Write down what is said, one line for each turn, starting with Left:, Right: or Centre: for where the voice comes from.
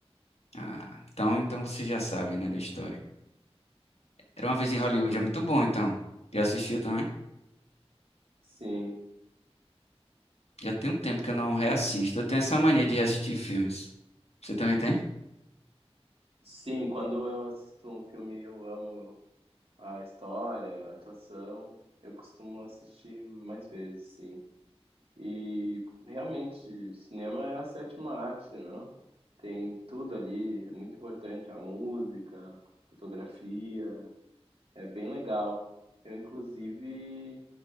Left: Ah, então, então você já sabe, né,
Right: mas-
Left: da história. Era uma vez
Right: Sim,
Left: em Hollywood, é muito bom, então. Já assistiu também?
Right: sim.
Left: Já tem um tempo que eu não reassisto. Eu tenho essa mania de reassistir filmes. Você também tem?
Right: Sim, quando eu assisto um filme eu amo a história, a atuação, eu costumo assistir mais vezes, sim. E realmente, cinema é a sétima arte, não Tem tudo ali, é muito importante, a música, fotografia, é bem legal. Eu, inclusive,